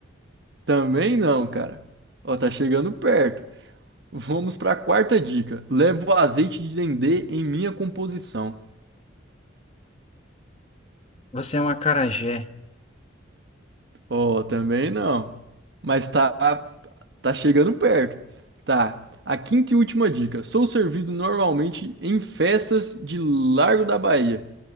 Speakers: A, on the right; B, on the left.
A: Também não, cara. Ó, tá chegando perto. Vamos para a quarta dica. Levo azeite de dendê em minha composição.
B: Você é um acarajé?
A: Oh, também não. Mas tá, tá chegando perto. Tá. A quinta e última dica. Sou servido normalmente em festas de Largo da Bahia.